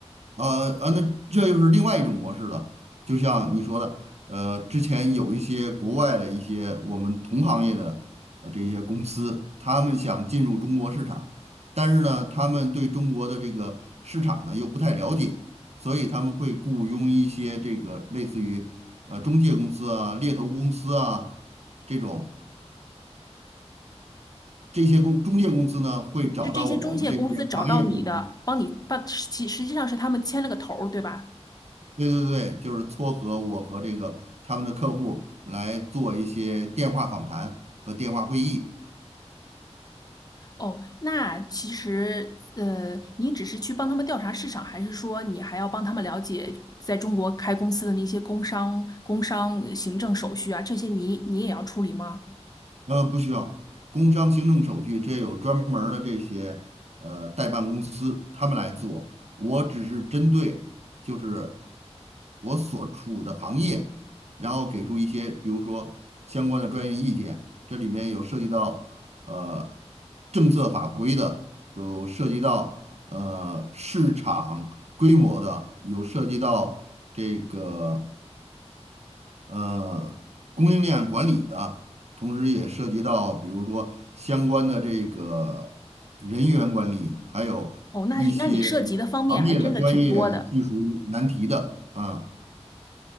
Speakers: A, on the right (about 70°); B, on the left (about 35°).
A: 呃啊，那这又是另外一种模式了。就像你说的，呃，之前有一些国外的一些我们同行业的呃这些公司，他们想进入中国市场，但是呢，他们对中国的这个市场呢又不太了解，所以他们会雇佣一些这个类似于呃中介公司啊、猎头公司啊这种这些公中介公司呢，会找到我们这些行业里面
B: 是这些中介公司找到你的，帮你把其实际上是他们牵了个头儿，对吧？
A: 对对对，就是撮合我和这个他们的客户来做一些电话访谈和电话会议。
B: 哦，那其实呃，你只是去帮他们调查市场，还是说你还要帮他们了解在中国开公司的那些工商、工商呃行政手续啊，这些你你也要处理吗？
A: 呃，不需要工商行政手续，这有专门儿的这些呃代办公司他们来做。我只是针对就是我所处的行业，然后给出一些比如说相关的专业意见。这里面有涉及到呃政策法规的，有涉及到呃市场规模的，有涉及到这个呃供应链管理的，同时也涉及到比如说相关的这个人员管理，还有一些
B: 哦，那是那你涉及的方面还真的挺多的。
A: 行业的专业技术难题的啊。